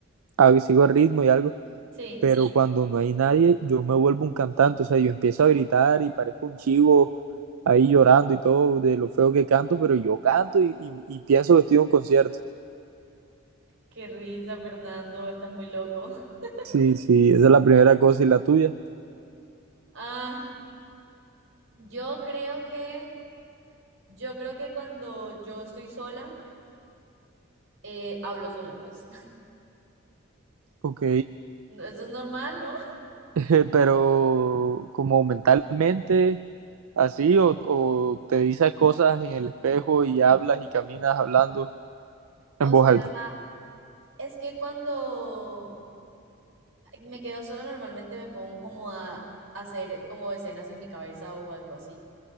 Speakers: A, on the right; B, on the right.
A: a- sigo el ritmo y algo,
B: Sí.
A: pero cuando no hay nadie, yo me vuelvo un cantante, o sea, yo empiezo a gritar y parezco un chivo ahí llorando y todo de lo feo que canto, pero yo canto y, y- y pienso que estoy en un concierto.
B: Qué risa, Fernando, estás muy loco. <laughs>
A: Sí, sí, esa es la primera cosa y la tuya.
B: Ah, yo creo que, yo creo que cuando yo estoy sola, eh, hablo sola, pues. <laughs>
A: Ok,
B: Eso es normal, ¿no?
A: <laughs> pero como mentalmente, así, o, o te dices cosas en el espejo y hablas y caminas hablando
B: O
A: en voz
B: sea,
A: alta.
B: es que cuando me quedo sola, normalmente me pongo como a hacer como escenas en mi cabeza o algo así.